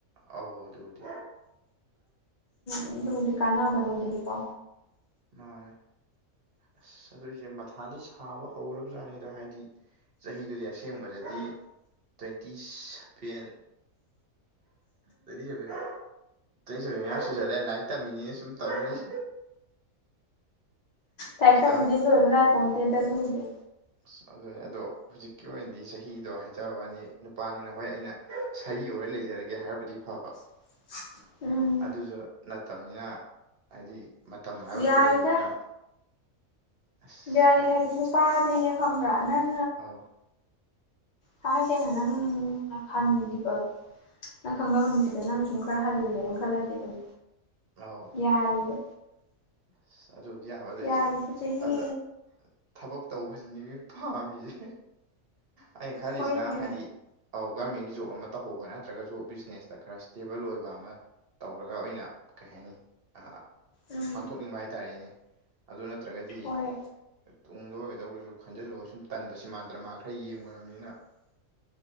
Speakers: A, on the right; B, on the left.
A: ꯑꯧ ꯑꯗꯨꯕꯨꯗꯤ
B: ꯎꯝ ꯑꯗꯨꯕꯨꯗꯤ ꯀꯟꯅꯕꯅꯦ ꯅꯣꯢꯗꯗꯤꯀꯣ
A: ꯃꯥꯅꯦ ꯑꯁ ꯑꯗꯨ ꯏꯆꯦ ꯃꯊꯥꯗꯤ ꯁꯥꯕ ꯍꯧꯔꯕꯖꯥꯠꯅꯤꯗ ꯍꯥꯏꯗꯤ ꯆꯍꯤꯗꯨꯗꯤ ꯑꯁꯦꯡꯕꯗꯗꯤ twenty seven twenty seven twenty seven ꯃꯌꯥ ꯁꯨꯖꯜ ꯂꯦ ꯂꯥꯏꯔꯤꯛ ꯇꯝꯃꯤꯅꯤꯅꯦ ꯁꯨꯝ ꯇꯝꯃꯤꯅꯦ
B: ꯂꯥꯢꯛ ꯇꯝꯕꯗꯤ
A: ꯑꯃꯨꯛ
B: ꯂꯣꯏꯕ ꯅꯥꯢꯄꯣꯠꯇꯦꯗ ꯑꯗꯨꯕꯨꯗꯤ
A: ꯑꯁ ꯑꯗꯨꯅꯦ ꯑꯗꯣ ꯍꯧꯖꯤꯛꯀꯤ ꯑꯣꯏꯅꯗꯤ ꯆꯍꯤꯗꯣ ꯍꯥꯏꯖꯕꯩ ꯋꯥꯅꯤ ꯅꯨꯄꯥꯅꯤꯅ ꯍꯣꯏ ꯑꯩꯅ ꯁꯥꯔꯤ ꯑꯣꯏ ꯂꯩꯖꯔꯒꯦ ꯍꯥꯏꯔꯕꯨꯗꯤ ꯐꯕ
B: <inaudible> ꯎꯝ
A: ꯑꯗꯨꯁꯨ ꯅꯠꯇꯕꯅꯤꯅ ꯍꯥꯏꯗꯤ ꯃꯇꯝ ꯍꯥꯏꯕ ꯑꯃꯁꯨ
B: ꯌꯥꯔꯤꯗ
A: ꯂꯩꯕꯅꯤꯅ ꯑꯁ
B: ꯌꯥꯔꯤ ꯍꯥꯏꯗꯤ ꯅꯨꯄꯥꯗꯤꯅꯦ ꯈꯪꯕ꯭ꯔꯥ ꯅꯪ
A: ꯑꯥꯎ
B: ꯊꯥꯉꯩꯁꯦꯡꯅ ꯅꯪꯅ ꯈꯟꯒꯤꯕ ꯅꯪ ꯈꯪꯅꯕ ꯅꯨꯄꯤꯗꯣ ꯅꯪ ꯁꯨꯝ ꯈꯔ ꯍꯜꯂꯦꯅ ꯈꯜꯂꯗꯤ ꯑꯗꯨꯝ
A: ꯑꯧ
B: ꯌꯥꯔꯤꯕ
A: ꯑꯁ ꯑꯗꯨꯕꯨꯗꯤ ꯌꯥꯕꯗ
B: ꯌꯥꯔꯤꯕ
A: ꯏꯆꯦ
B: ꯆꯍꯤ
A: ꯑꯗ ꯊꯕꯛ ꯇꯧꯕꯁꯤꯅꯤ ꯄꯥꯝꯃꯤꯁꯦ ꯑꯩꯅ ꯈꯜꯂꯤꯁꯤꯅ
B: ꯍꯣꯏꯅꯦ
A: ꯍꯥꯏꯗꯤ ꯑ ꯒꯔꯃꯦꯟꯒꯤ ꯖꯣꯕ ꯑꯃ ꯇꯧꯍꯧꯕ ꯅꯠꯇ꯭ꯔꯒꯁꯨ ꯕꯤꯖꯤꯅꯦꯁꯇ ꯈꯔ ꯏꯁꯇꯦꯕꯜ ꯑꯣꯏꯕ ꯑꯃ ꯇꯧꯔꯒ ꯑꯣꯏꯅ ꯀꯩ ꯍꯥꯏꯅꯤ ꯑꯥ
B: ꯎꯝ
A: ꯄꯥꯡꯊꯣꯛꯅꯤꯡꯕ ꯍꯥꯏꯇꯥꯔꯦꯅꯦ ꯑꯗꯨ ꯅꯠꯇ꯭ꯔꯒꯗꯤ
B: ꯍꯣꯏ
A: ꯇꯨꯡꯗ ꯑꯣꯏꯒ ꯗꯧꯕꯁꯨ ꯈꯟꯖꯤꯜꯂꯒ ꯁꯨꯝ ꯇꯟꯕ ꯁꯤꯃꯥ ꯗ꯭ꯔꯃꯥ ꯈꯔ ꯌꯦꯡꯉꯨꯔꯕꯅꯤꯅ